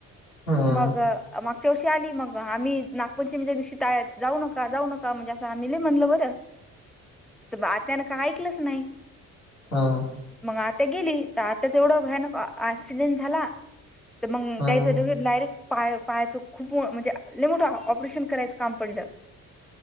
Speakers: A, on the left (about 80°); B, in the centre.
A: हम्म
B: मग मागं च्या वर्षी आली मग आम्ही नागपंचमीच्या दिशी त जाऊ नका जाऊ नका म्हणजे असं आम्ही लई म्हणलो बरं
A: ह <unintelligible> <inaudible>
B: तर आत्यानं काही ऐकलंच नाही
A: हं
B: मग आता गेली. त आत्याचा एवढा भयानक ऍक्सिडेंट झाला. तर मग <unintelligible>
A: हम्म
B: डायरेक् क्ट पाय पायचं खूप म्हणजे लय मोठं ऑपरेशन करायचं काम पडलं.